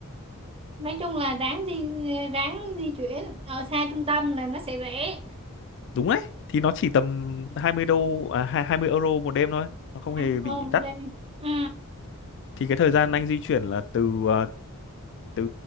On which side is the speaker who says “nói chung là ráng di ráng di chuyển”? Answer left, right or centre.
Right